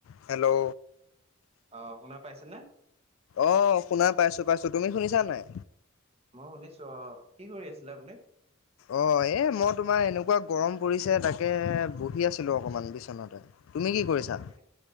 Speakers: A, on the left (about 80°); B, on the right (about 30°).
A: Hello
B: অ শুনা পাইছেনে
A: অ শুনা পাইছো পাইছো তুমি শুনিছা নাই
B: মই শুনিছো অ কি কৰি আছিলে আপুনি
A: অ এই মই তোমাৰ এনেকুৱা গৰম পৰিছে তাকে বহি আছিলো অকণমান বিচনাতে তুমি কি কৰিছা
B: এনে